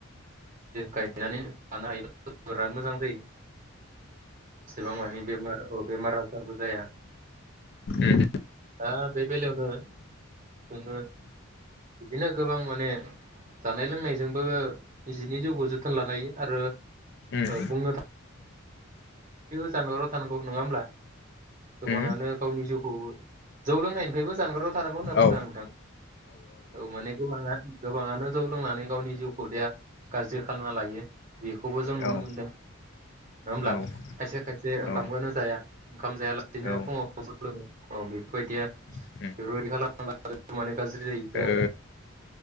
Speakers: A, on the right; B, on the left.
A: हैनानै लानो हायोब बिराद मोजां जायो एसेबां बेमार औ बेमार आजारबो जाया
B: उम
A: दा बे बेलायावनो जोङो बिदिनो गोबां माने जानाय लोंनायजोंबो निजिनि जिउखौ जोथोन लानाय हायो आरो
B: उम
A: ओ बुंनो <unintelligible> <unintelligible> थानांगौ नङा ओमब्ला? गोबाङानो
B: उम
A: गावनि जिउ <unintelligible> जौ लोंनायनिफ्रायबो जानगाराव थानांगौ होनना बुंदों
B: औ
A: आं नोंथां औ माने गोबाङा गोबाङानो जौ लोंनानै गावनि जिउखौ देाया गाज्रि खालामना लायो बेखौबो जों नुनो
B: औ
A: मोनदों नङा होमब्ला
B: औ
A: खायसे खायसे ओंखामखौनो
B: औ
A: जाया ओंखाम जायालासेनो
B: औ
A: फुङाव जौ लोङो औ बेे बायदिया
B: उम
A: बेफोरबादि खालाम माने गाज्रि जायो
B: आरो
A: देहाफोरा